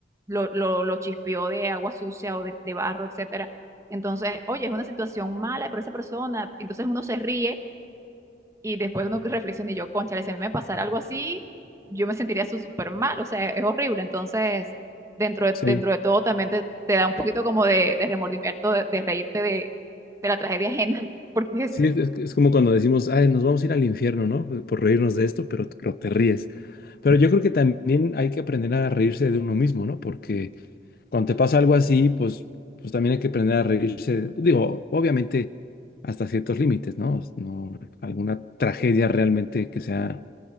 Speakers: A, on the right; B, on the left.
A: lo, lo, lo chispeó de agua sucia o de, de barro, etcétera. Entonces, oye, es una situación mala para esa persona, entonces uno se ríe y después uno reflexiona y yo, cónchale, si a mí me pasara algo así, yo me sentiría su- súper mal, o sea, es horrible. Entonces, dentro de,
B: Sí,
A: dentro de todo también te, te da un poquito como de, de remordimiento de, de reírte de, de la tragedia ajena, <laughs> porque es,
B: sí, es, es- es como cuando decimos, ay, nos vamos a ir al infierno, ¿no? Por por reírnos de esto, pero, pero te ríes. Pero yo creo que también hay que aprender a reírse de uno mismo, ¿no? Porque cuando te pasa algo así, pues, pues también hay que aprender a reírse. Digo, obviamente hasta ciertos límites, ¿no? No, alguna tragedia realmente que sea